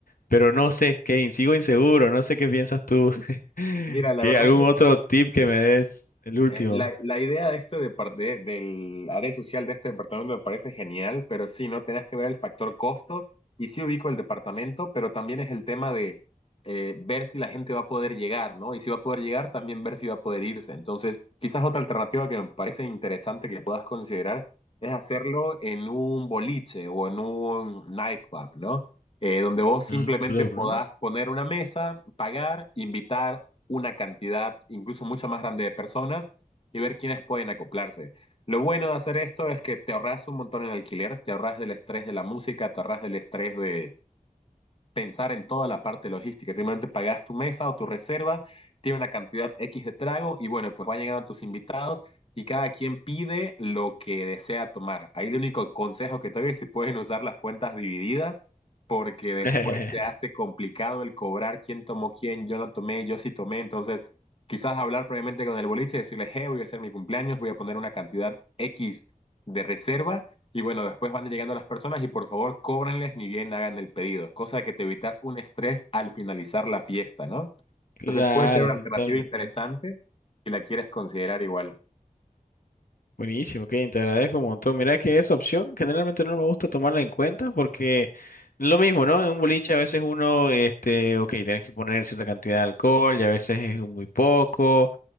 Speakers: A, on the left (about 80°); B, on the left (about 40°).
A: Pero no sé, Kane, sigo inseguro, no sé qué piensas tú. <laughs>
B: Mira, la
A: ¿Qué,
B: verdad
A: algún
B: que
A: otro tip que me des? El último.
B: Eh, la, la idea de este depar- de- del área social de este departamento me parece genial, pero sí, no tenés que ver el factor costo y sí ubico el departamento, pero también es el tema de eh, ver si la gente va a poder llegar, ¿no? Y si va a poder llegar, también ver si va a poder irse. Entonces, quizás otra alternativa que me parece interesante que puedas considerar es hacerlo en un boliche o en un nightclub, ¿no? Eh, donde vos simplemente
A: Un club,
B: podás
A: ¿no?
B: poner una mesa, pagar, invitar una cantidad incluso mucho más grande de personas y ver quiénes pueden acoplarse. Lo bueno de hacer esto es que te ahorras un montón en alquiler, te ahorras del estrés de la música, te ahorras del estrés de, pensar en toda la parte logística. Simplemente pagas tu mesa o tu reserva, tiene una cantidad X de trago y bueno, pues van llegando tus invitados y cada quien pide lo que desea tomar. Ahí el único consejo que te doy es si pueden usar las cuentas divididas, porque después
A: <laughs>
B: se hace complicado el cobrar quién tomó quién, yo no tomé, yo sí tomé, entonces quizás hablar previamente con el boliche y decirle, hey, voy a hacer mi cumpleaños, voy a poner una cantidad X de reserva y bueno, después van llegando las personas y por favor cóbrenles ni bien hagan el pedido, cosa de que te evitas un estrés al finalizar la fiesta, ¿no?
A: Claro,
B: Entonces puede ser una
A: totalmente.
B: alternativa interesante si la quieres considerar igual.
A: Buenísimo, Kane, te agradezco un montón. Mira que esa opción generalmente no me gusta tomarla en cuenta porque lo mismo, ¿no? En un boliche a veces uno, este, ok, tienes que poner cierta cantidad de alcohol y a veces es muy poco.